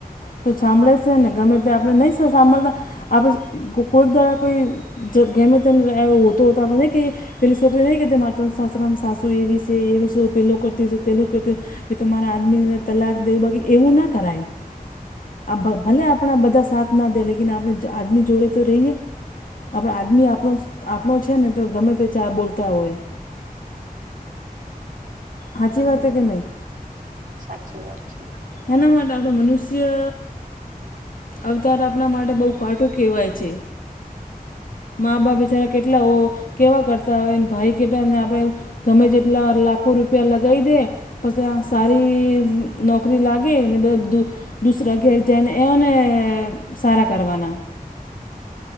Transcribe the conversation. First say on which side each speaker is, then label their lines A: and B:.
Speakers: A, on the left (about 65°); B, on the right (about 60°).
A: તો સાંભળે છે ને ગમે તે આપણે નહી સાંભળતા આપણે કોઈક દહડા તો જ ઘેમે તને હોતો નઈ કઈએ. પેલી છોકરી નહીં કરતી માર તો સાસરામા સાસુ એવી છે એવી પેલું કરતી છે પેલું કરતી. મે તો મારા આદમીને તલાક દેવ બાકી એવું ના કરાય. આ ભલે આપણા બધા સાથ ના દે લેકીન આપણે આદમી જોડે તો રહીએ. આપણા આદમી આપણો આપણો છે ને તો ગમે તે ચા બોલતા હોય. હાચી
B: હમ
A: વાતે કે નઇ.
B: સાચી વાત છે.
A: એના માટે આપણે મનુષ્ય અવતાર આપણા માટે બહુ કાટું કહેવાય છે. મા બાપ બચારા કેટલાઓ કેવા કરતા હોય ભાઈ કેટલા ને આપણેે. ગમે જેટલા લાખો રૂપિયા લગાવી દે પછી આ સારી નોક નોકરી લાગે ને દુસરા ઘેર જાયને એઓને સારા કરવાના.